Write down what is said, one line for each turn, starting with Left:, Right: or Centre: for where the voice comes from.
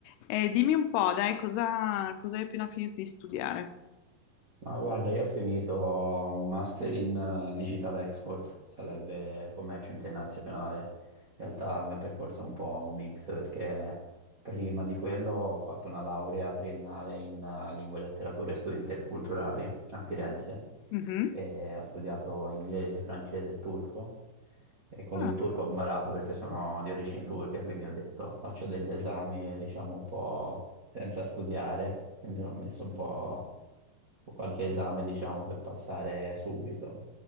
Left: E dimmi un po', dai, cosa, cosa hai appena finito di studiare?
Right: Ma guarda, io ho finito un master in eh, Digital Export, sarebbe commercio internazionale. In realtà il mio percorso è un po' un mix perché prima di quello ho fatto una laurea triennale in eh, lingue, letterature e studi interculturali a Firenze
Left: Mhm.
Right: e ho studiato inglese, francese e turco e con
Left: Ah,
Right: il turco ho barato perché sono di origini turche, quindi ho detto faccio degli esami diciamo un po' senza studiare, quindi l'ho messo un po' o qualche esame, diciamo, per passare subito.